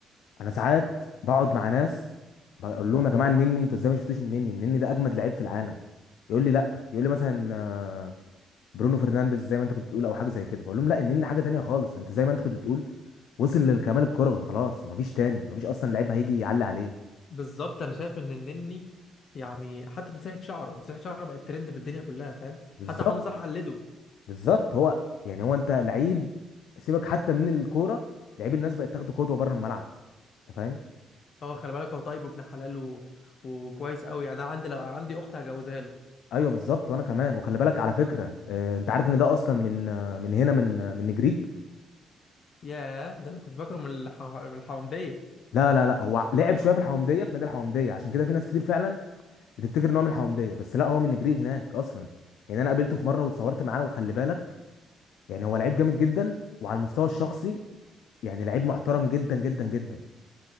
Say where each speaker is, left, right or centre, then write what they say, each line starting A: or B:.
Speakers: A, on the left; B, on the left.
A: انا ساعات بقعد مع ناس بقول لهم يا جماعه النني انتوا ازاي ما شفتوش النني النني ده اجمد لعيب في العالم يقول لي لا يقول لي مثلا آه، برونو فرنانديز زي ما انت كنت بتقول او حاجه زي كده فاقول لهم لا النني حاجه تانية خالص انت زي ما انت كنت بتقول وصل للكمال الكروي خلاص مفيش تاني مفيش اصلا لعيب هيجي يعلي عليه
B: بالظبط انا شايف ان النني يعني حتى تسريحه شعره تسريحه شعره بقت ترند في الدنيا كلها فاهم
A: بالظبط
B: حتى محمد صلاح قلده
A: بالظبط هو يعني هو انت لعيب سيبك حتى من الكوره لعيب الناس بقت تاخده قدوه بره الملعب انت فاهم
B: هو خلي بالك هو طيب وابن حلال و... وكويس قوي يعني انا عندي لو عندي اخت هجوزها له
A: ايوه بالظبط وانا كمان وخلي بالك على فكره آه، انت عارف ان ده اصلا من آه، من هنا من آه، من نجريج
B: ياه ده انا كنت فاكره من الح... من الحومديه
A: لا لا لا هو لعب شويه في الحومديه في نادي الحومديه عشان كده في ناس كتير فعلا بتفتكر ان هو من الحومديه بس لا هو من نجريج هناك اصلا يعني انا قابلته في مره واتصورت معاه وخلي بالك يعني هو لعيب جامد جدا وعلى المستوى الشخصي يعني لعيب محترم جدا جدا جدا